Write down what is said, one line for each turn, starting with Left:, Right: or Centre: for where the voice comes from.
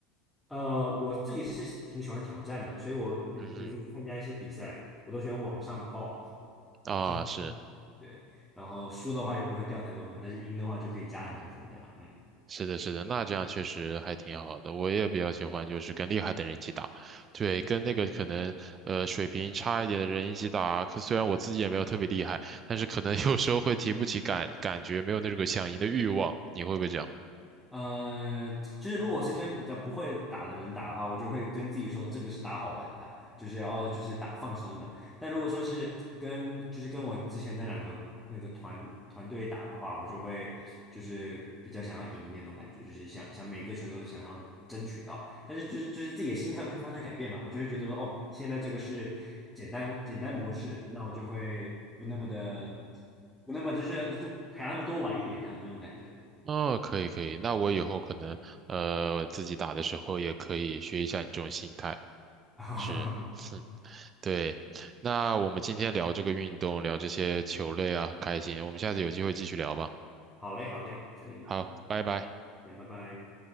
Centre: 呃，我自己是挺喜欢挑战的，所以我比如比如说去参加一些比赛，
Right: 嗯
Centre: 我都喜欢往上报，
Right: 嗯，
Centre: 往上
Right: 啊，是
Centre: 对，然后输的话也不会掉太多分，但是赢的话就可以加很多分这样，嗯。
Right: 是的，是的，那这样确实还挺好的。我也比较喜欢就是跟厉害的人一起打，对，跟那个可能呃水平差一点的人一起打。可虽然我自己也没有特别厉害，但是可能有时候会提不起感感觉，没有那个想赢的欲望。你会不会这样？
Centre: 嗯呃，就是如果我是跟比较不会打的人打的话，我就会跟自己说这个是打好玩的，就是要就是打放松的。但如果说是跟就是跟我之前那两个那个团团队打的话，我就会就是比较想要赢那种感觉，就是想想每个球都想要争取到。但是就是就是自己的心态会发生改变嘛，我就会觉得说哦，现在这个是简单简单模式，那我就会不那么的不那么就是就陪他们多玩一点这样这种感觉。
Right: 哦，可以可以，那我以后可能呃自己打的时候也可以学一下你这种心态，
Centre: <laughs>
Right: 是，哼，对。那我们今天聊这个运动，聊这些球类啊，很开心，我们下次有机会继续聊吧。
Centre: 好嘞，好嘞，可以，
Right: 好，拜拜。
Centre: 那拜拜。